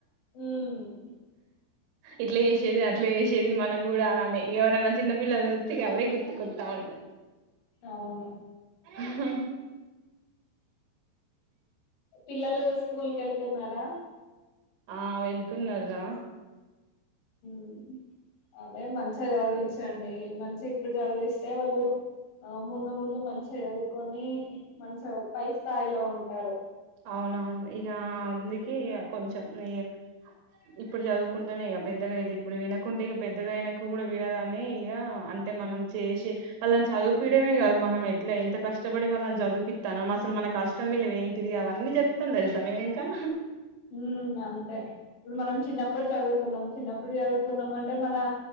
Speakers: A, on the left; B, on the right.
A: ఉమ్
B: ఇట్లా చేసేవి అట్లా చేసేవి మనం కూడా అనె ఇగ ఎవరైనా చిన్నపిల్లని చుస్తే ఇగ అవే గుర్ కొత్తా ఉంటాయి.
A: అవును
B: ఉహు
A: పిల్లలు స్కూల్ కెళ్తున్నారా?
B: ఆ వెళ్తున్నారు రా
A: మ్ అదే మంచిగా చదివించండి. మంచిగా ఇప్పుడు చదివిస్తే వాళ్ళు ఆ ముందు ముందు మంచిగ చదువుకొని మంచిగ పై స్థాయిలో ఉంటారు.
B: అవునవును ఇక అ అందుకె గ్ కొంచెం ఈ ఇప్పుడు చదువుకుంటేనే గ్ పెద్దగా అయితే ఇప్పుడు వినకుంటే ఇగ పెద్దగా అయినంకా కూడా వినదని ఇగ అంతే. మనం చేసి వాళ్ళన్ చదివిపియడమే కాదు. మనం ఎట్లా ఎంత కష్టపడి వాళ్ళని చదివిపిత్తానం అసలు మనకి కష్టం విలువ ఏంటిది, అవన్నీ చెప్తాంది అది సమయం ఇంకా
A: ఉమ్ అంతే ఇప్పుడు మనం చిన్నప్పుడు చదువుకున్నాం, చిన్నప్పుడు చదువుకున్నాం అంటే మనా